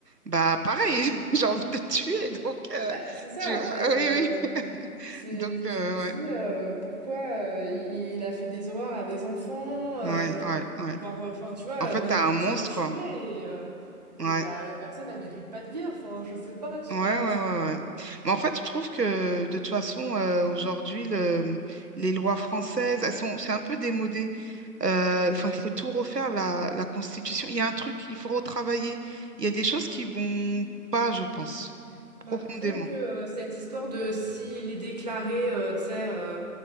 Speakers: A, on the right (about 80°); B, on the right (about 25°).
A: bah pareil, <laughs> j'ai envie de te tuer, donc euh,
B: Bah, c'est ça,
A: tu vois,
B: en fait. euh,
A: oui, oui. <laughs>
B: c'est-
A: Donc, euh,
B: tu te dis
A: ouais,
B: euh, pourquoi euh, il, il a fait des horreurs à des enfants, euh,
A: ouais, ouais, ouais.
B: voire, euh, enfin, tu vois,
A: En fait,
B: même
A: t'as
B: plus
A: un monstre,
B: que tuer.
A: quoi.
B: Et, euh,
A: Ouais,
B: et bah, la personne, elle mérite pas de vivre. Enfin, je sais pas, tu
A: ouais, ouais,
B: vois.
A: ouais, ouais. Mais en fait, je trouve que de toute façon, euh, aujourd'hui, le, les lois françaises, elles sont, c'est un peu démodé. Euh, Enfin, il faut tout refaire, la, la Constitution. Il y a un truc, il faut retravailler. Il y a des choses qui vont pas, je pense, profondément.
B: Bah, rien que euh, cette histoire de s'il est déclaré, euh, tu sais, euh,